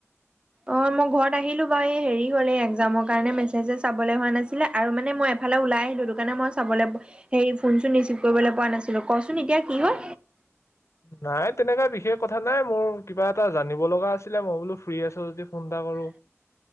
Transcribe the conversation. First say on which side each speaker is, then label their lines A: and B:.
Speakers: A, on the right (about 20°); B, on the left (about 65°).
A: অঁ মই ঘৰত আহিলোঁ বাৰু এই হেৰি হ'ল এই এক্সজামৰ কাৰণে মেছেজে চাবলৈ হোৱা নাছিলে আৰু মানে মই এফালে ওলাই আহিলোঁ সেইটো কাৰণে মই চাবলৈ হেৰি ফোনচোন ৰিচিভ কৰিবলৈ পোৱা নাছিলোঁ, কচোন এতিয়া কি হ'ল।
B: নাই তেনেকা বিশেষ কথা নাই মোৰ কিবা এটা জানিব লগা আছিলে, মই বোলো ফ্ৰী আছ যদি ফোন এটা কৰো।